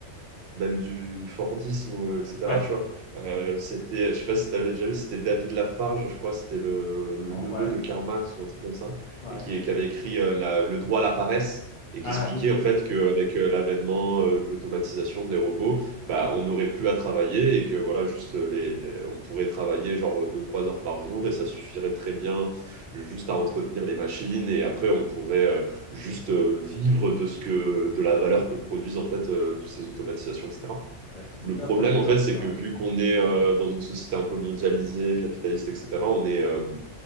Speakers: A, on the right; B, on the left.
A: même du Fordisme, ou, etc.
B: Ouais?
A: Tu vois, Euh,
B: Ouais.
A: c'était, je sais pas si tu avais déjà vu, c'était David Lafarge, je crois, c'était le, le
B: Non,
A: neveu
B: ouais.
A: de Karl Marx ou un truc comme ça,
B: Ouais.
A: et qui, qui avait écrit euh, la- Le droit à la paresse. Et
B: Ah
A: qui expliquait
B: oui.
A: en fait qu'avec l'avènement euh, d'automatisation des robots,
B: Bah
A: bah,
B: oui.
A: on n'aurait plus à travailler et que voilà, juste euh, les, les- on pourrait travailler genre deux trois heures par jour et ça suffirait très bien juste à entretenir les machines et après on pourrait
B: Ouais.
A: euh, juste
B: Mais, ça-
A: euh, vivre de ce que de la valeur que produisent en fait euh, toutes ces automatisations, etc.
B: mais c'est c'est
A: Le
B: pas
A: problème
B: produit
A: en
B: comme
A: fait, c'est
B: ça.
A: que vu qu'on est euh, dans une société un peu mondialisée, capitaliste, etc. On est euh,